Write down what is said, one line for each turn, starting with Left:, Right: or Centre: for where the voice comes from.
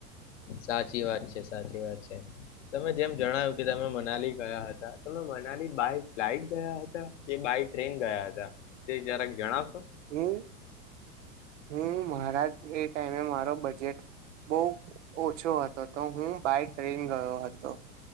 Left: સાચી વાત છે સાચી વાત છે તમે જેમ જણાવ્યું કે સાચી વાત છે સાચી વાત છે તમે મનાલી ગયા હતા તમે મનાલી બાય ફ્લાઈટ ગયા હતા કે બાય ટ્રેન ગયા હતા તે જરાક જણાવ.
Right: હમ. હું મારા એ ટાઈમે મારો બજેટ બહુ ઓછો હતો તો હું બાય ટ્રેન ગયો હતો.